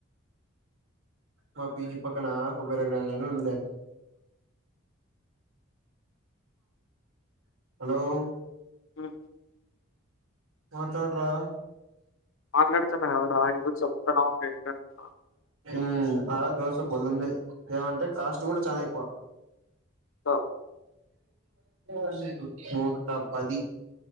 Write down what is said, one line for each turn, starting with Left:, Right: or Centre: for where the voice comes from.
Right: మా పిజీ పక్కనా కొబ్బర గ్రాండ్నే అని ఉందిలే హలో
Left: ఉ
Right: మాట్లాడరా
Left: మాట్లాడుతున్నా కదరా ఏదో చెప్తున్నావు అని వింటున్నా
Right: ఉమ్ ఆడా దోసా బలైంది ఏమంటే కాస్ట్ కూడా చానా ఎక్కువ
Left: సో
Right: తెలీదు నూటా పది